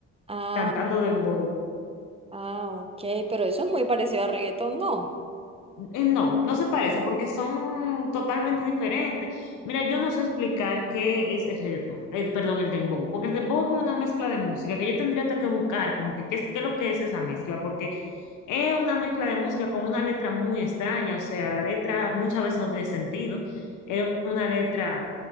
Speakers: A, on the right; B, on the left.
A: Ah,
B: cantando dembow.
A: ah, ok, pero eso es muy parecido al reggaetón, ¿no?
B: Eh, No, no se parece porque son totalmente diferentes. Mira, yo no sé explicar qué es el reggaetón, eh, perdón, el dembow, porque el dembow es como una mezcla de música que yo tendría hasta que buscar, como que qué es, qué es lo que es esa mezcla, porque es una mezcla de música con una letra muy extraña, o sea, la letra muchas veces no tiene sentido, es una letra